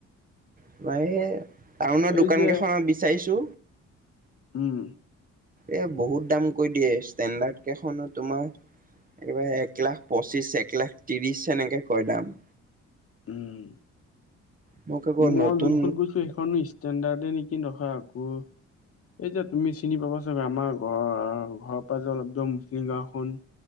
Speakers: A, on the right; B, on the left.
A: তোমাৰ এ, টাউনৰ
B: এই
A: দোকানকেইখনত
B: যে
A: বিচাৰিছো।
B: উম।
A: এ বহুত দাম কৈ দিয়ে ষ্টেণ্ডাৰ্ড কেইখনত তোমাৰ একেবাৰে এক লাখ পঁচিশ একলাখ ত্ৰিশ সেনেকে কয় দাম।
B: উম,
A: মোক আকৌ
B: মই
A: নতুন
B: যোনখন কৈছো সেইখন ইচ ষ্টেণ্ডাৰ্ডে নেকি? নহয় আকৌ এই যে তুমি চিনি পাবা চাগে, আমাৰ ঘৰৰ ঘৰৰ পৰা যে অলপ য মুছলিম গাঁওখন।